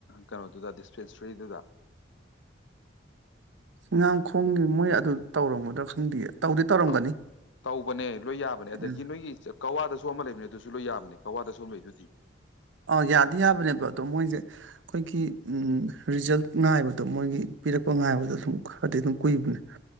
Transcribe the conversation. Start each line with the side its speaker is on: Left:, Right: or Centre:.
Left: ꯀꯩꯅꯣꯗꯨꯗ ꯗꯤꯁꯄꯦꯟꯁꯔꯤꯗꯨꯗ
Right: ꯆꯤꯡꯉꯥꯡ ꯈꯣꯡꯒꯤ ꯃꯣꯏ ꯑꯗꯨ ꯇꯧꯔꯝꯒꯗ꯭ꯔꯥ ꯈꯪꯗꯦꯌꯦ
Left: <unintelligible>
Right: ꯇꯧꯗꯤ ꯇꯧꯔꯝꯒꯅꯤ
Left: ꯇꯧꯕꯅꯦ ꯂꯣꯏ ꯌꯥꯕꯅꯦ ꯑꯗꯒꯤ
Right: ꯎꯝ
Left: ꯅꯣꯏꯒꯤ ꯀꯋꯥꯗꯁꯨ ꯑꯃ ꯂꯩꯕꯅꯦ ꯑꯗꯨꯁꯨ ꯁꯨ ꯂꯣꯏ ꯌꯥꯝꯕꯅꯦ ꯀꯋꯥꯗ ꯁꯨ ꯂꯩ ꯑꯗꯨꯗꯤ
Right: ꯑ ꯌꯥꯗꯤ ꯌꯥꯕꯅꯦꯕ ꯑꯗꯣ ꯃꯣꯏꯁꯦ ꯑꯩꯈꯣꯏꯒꯤ ꯔꯤꯖꯜ ꯉꯥꯏꯕꯗꯣ ꯃꯣꯏꯒꯤ ꯄꯤꯔꯛꯄ ꯉꯥꯏꯕꯗꯣ ꯑꯗꯨꯝ ꯈꯔꯗꯤ ꯑꯗꯨꯝ ꯀꯨꯏꯕꯅꯦ